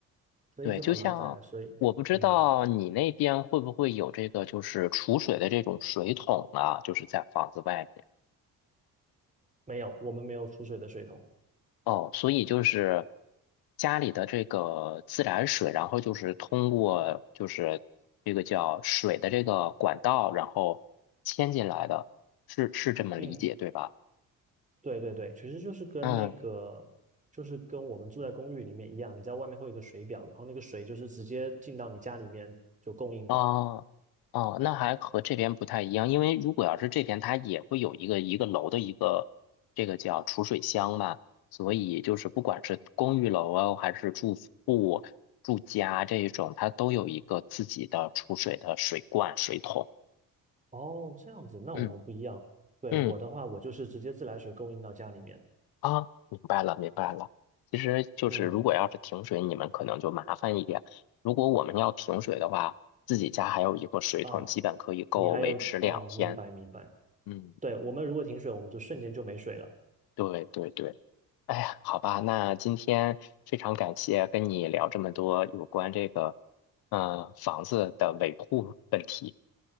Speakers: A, on the right; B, on the left.
A: 所以就很麻烦，
B: 对，就像我不知道你那边会不会有这个，
A: 所以嗯，
B: 就是储水的这种水桶啊，就是在房子外面
A: 没有，我们没有储水的水桶。
B: 哦，所以就是家里的这个自来水，然后就是通过就是这个叫水的这个管道，然后牵进来的，是是这么理解对吧？
A: 嗯，对对对，其实就是跟那个，
B: 嗯。
A: 就是跟我们住在公寓里面一样，你在外面会有一个水表，然后那个水就是直接进到你家里面就供应的。
B: 哦哦，那还和这边不太一样，因为如果要是这边，它也会有一个一个楼的一个这个叫储水箱嘛，所以就是不管是公寓楼啊，还是住户住家这一种，它都有一个自己的储水的水罐、水桶。
A: 哦，这样子，那我们不一样。
B: 嗯
A: 对，
B: 嗯
A: 我的话，我就是直接自来水供应到家里面。
B: 啊，明白了明白了。其实就是如果要是停水，
A: 嗯，
B: 你们可能就麻烦一点。如果我们要停水的话，自己家还有一个水桶，
A: 啊，
B: 基本可以够维持两天。
A: 你还有，哦，明白明白。
B: 嗯。
A: 对，我们如果停水，我们就瞬间就没水了。
B: 对对对，哎呀，好吧，那今天非常感谢跟你聊这么多有关这个，嗯、房子的维护问题。